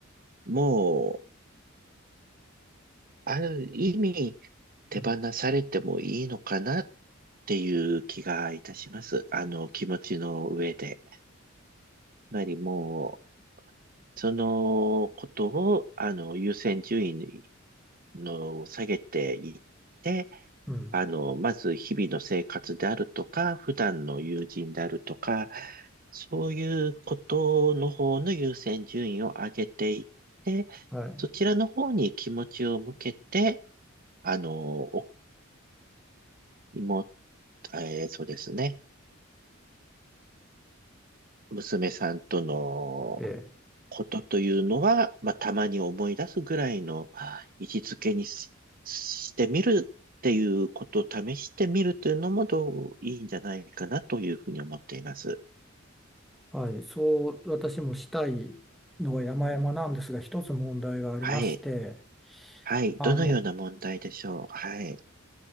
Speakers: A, on the right; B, in the centre.
A: もう、ある意味、手放されてもいいのかなっ
B: うん
A: ていう気がいたします。あの、気持ちの上で。つまりもう、そのことを、あの、優先順位にの下げていって、
B: うん
A: あの、まず日々の生活であるとか、普段の友人であるとか、そういうことの方の優先順位を上げていって、
B: はい、
A: そちらの方に気持ちを向けて、あの、お妹、えーそうですね。娘さんとの
B: ええ、
A: ことというのは、まあ、たまに思い出すぐらいの位置づけにし、してみるっていうことを試してみるというのもどういいんじゃないかなというふうに思っています。
B: はい、そう私もしたいのは山々なんですが、一つ問題がありまして、
A: はい。はい。
B: あの
A: どのような問題でしょう。はい。